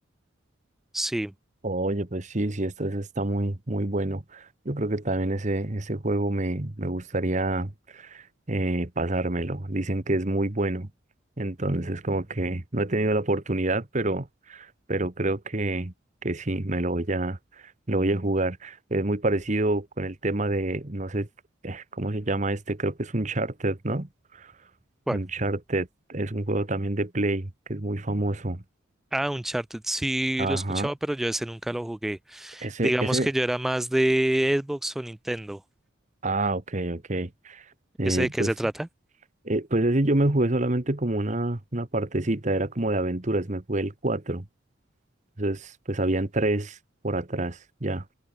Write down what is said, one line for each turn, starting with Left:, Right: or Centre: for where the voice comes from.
Centre: Sí.
Right: Oye, pues sí, sí, esto es- está muy, muy bueno. Yo creo que también ese, ese juego me, me gustaría eh, pasármelo. Dicen que es muy bueno. Entonces, como que no he tenido la oportunidad, pero, pero creo que, que sí, me lo voy a, lo voy a jugar. Es muy parecido con el tema de, no sé, eh, ¿cómo se llama este? Creo que es Uncharted, ¿no?
Centre: ¿Cuál?
Right: Uncharted es un juego también de Play, que es muy famoso.
Centre: Ah, Uncharted, sí
Right: Ajá.
Centre: lo he escuchado, pero yo ese nunca lo jugué.
Right: Ese,
Centre: Digamos
Right: ese,
Centre: que yo era más de Xbox o Nintendo.
Right: ah, ok, ok. Eh,
Centre: ¿Ese de qué
Right: pues,
Centre: se trata?
Right: eh, pues ese yo me jugué solamente como una, una partecita, era como de aventuras, me jugué el cuatro Entonces, pues habían tres por atrás ya.